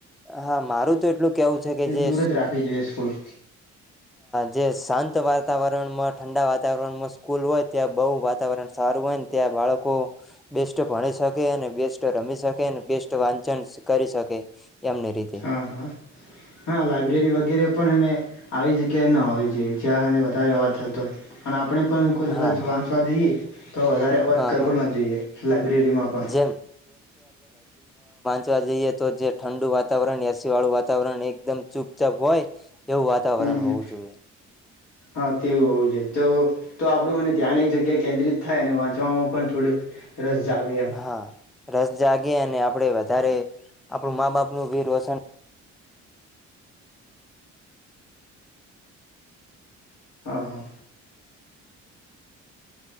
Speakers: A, in the centre; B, on the left (about 75°).
A: હા મારું તો એટલું કેવું છે કે જે
B: દૂર
A: હ
B: જ રાખવી જોઈએ સ્કૂલ
A: જે શાંત વાતાવરણમાં ઠંડા વાતાવરણમાં સ્કૂલ હોય ત્યાં બહુ વાતાવરણ સારું હોય ત્યાં બાળકો બેસ્ટ ભણી શકે અને બેસ્ટ રમી શકે અને બેસ્ટ વાંચન કરી શકે એમની રીતે
B: હા હા હા લાઈબ્રેરી વગેરે પણ એને આવી જગ્યા ક ના હોવી જોઈએ જ્યાંને વધારે અવાજ થતો હોય અને આપણે કદાચ
A: હા
B: વાંચવા જઈએ તો વધારે
A: હા
B: અવાજ કરવો
A: હા
B: ના જોઈએ લાઈબ્રેરીમાં પણ
A: જેમ ચવા જઈએ તો જે ઠંડુ વાતાવરણ એસી વાળું વાતાવરણ એકદમ ચુપચાપ હોય એવું વાતાવરણ
B: હમ હમ
A: હોવું જોઈએ
B: હા તેવું હોવું જો તો તો આપડું મને ધ્યાન એક જગ્યા કેન્દ્રિત થાય અને વાંચવામાં પણ થોડુંક રસ જાગે એમ
A: હા રસ જાગે અને આપ આપડે વધારે આપણું મા બાપનુંું વીર રોશન
B: હા હા